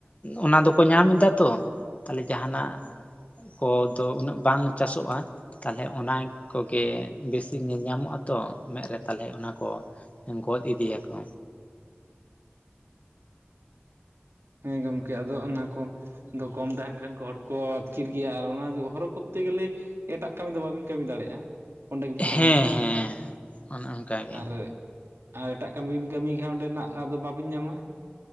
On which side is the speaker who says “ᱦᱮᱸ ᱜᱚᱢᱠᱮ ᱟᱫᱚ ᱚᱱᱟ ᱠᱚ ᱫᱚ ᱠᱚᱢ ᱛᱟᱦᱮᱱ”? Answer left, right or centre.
Right